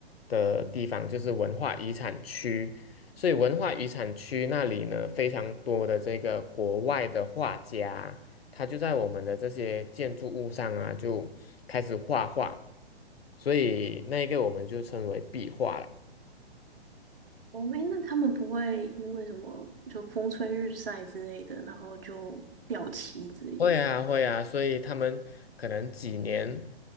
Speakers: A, on the left; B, on the right.
A: 的地方，就是文化遗产区。所以文化遗产区那里呢，非常多的这个国外的画家，他就在我们的这些建筑物上啊，就开始画画，所以那一个我们就称为壁画了。
B: 哦，诶，那他们不会因为什么就风吹日晒之类的，然后就掉漆之类的
A: 会啊，会啊，所以他们可能几年，